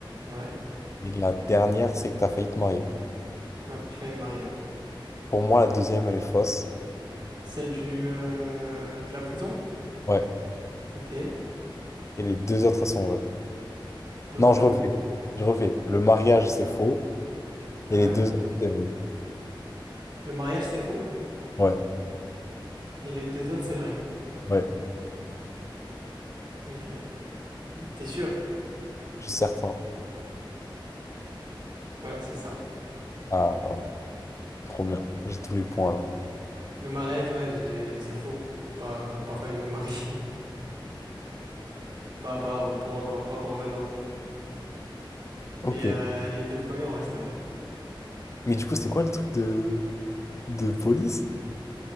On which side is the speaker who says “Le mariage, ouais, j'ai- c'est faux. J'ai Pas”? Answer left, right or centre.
Right